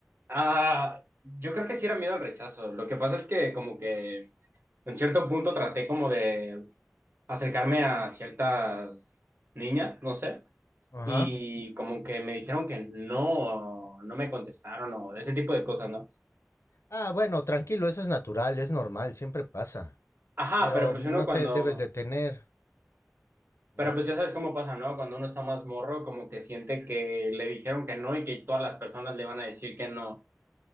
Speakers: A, on the right; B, on the left.
A: Ah, yo creo que sí era miedo al rechazo. Lo que pasa es que como que en cierto punto traté como de acercarme a ciertas niñas, no sé,
B: Ajá.
A: y como que me dijeron que no, no me contestaron o ese tipo de cosas, ¿no?
B: Ah, bueno, tranquilo, eso es natural, es normal, siempre pasa.
A: Ajá,
B: Pero
A: pero pues
B: no
A: uno cuando
B: te debes detener, ¿no?
A: Pero pues ya sabes cómo pasa, ¿no? Cuando uno está más morro, como que siente que le dijeron que no y que todas las personas le van a decir que no.